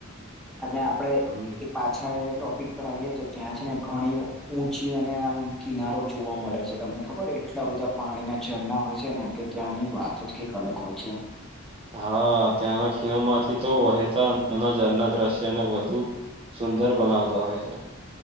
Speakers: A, in the centre; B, on the right.
A: અને આપડે
B: હમ
A: એ પાછ છા એ ટોપિક પર આઈએ તો ત્યાં છે ને ઘણી ઊંચી અને આમ કિનારો જોવા મળે છે તમને ખબર એ એટલા બધા પાણીનાં ઝરણાં હોય છે ને કે ત્યાંની વાત જ કઈક અલગ હોય છે.
B: હા ત્યાંના ખીણોમાંથી તો વહેતાં નાના ઝરણાં દ્રશ્યને વધુ સુંદર બનાવતા હોય છે.